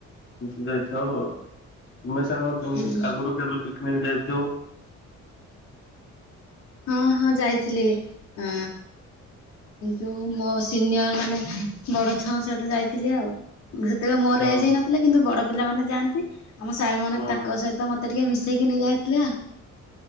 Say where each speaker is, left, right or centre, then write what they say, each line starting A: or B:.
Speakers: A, on the left; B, on the left.
A: ମିଶି ଯାଇଥିବ ଆଉ ପୁନେ ସାଙ୍ଗ କେମିତି
B: ହୁଁ
A: ଆଗରୁ କେବେ ପିକ୍ ନିକ୍ ଯାଇଥିବ।
B: ହଁ ହଁ ଯାଇଥିଲି ଆ ଯୋଉ ମୋ ସିନିୟର ମାନେ ବଡ ଛୁଆଙ୍କ ସହିତ ଯାଇଥିଲି ଆଉ। ସେତେବେଳେ ମୋର
A: ହଁ
B: ଏଜ୍‌ ହେଇନଥିଲା କିନ୍ତୁ ବଡ ପିଲାମାନେ ଯାଆନ୍ତି। ଆମ ସାର୍ ମାନେ
A: ହଁ
B: ତାଙ୍କ ସହିତ ମତେ ଟିକେ ମିଶେଇକି ନେଇ ଯାଇଥିଲେ ଆଉ।